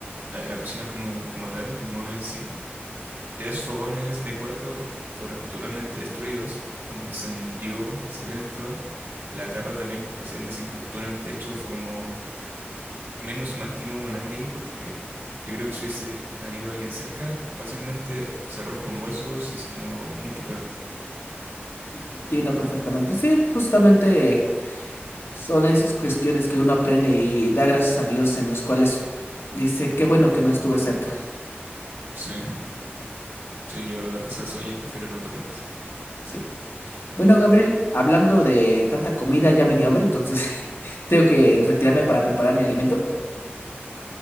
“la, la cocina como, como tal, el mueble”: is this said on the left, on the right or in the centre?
Right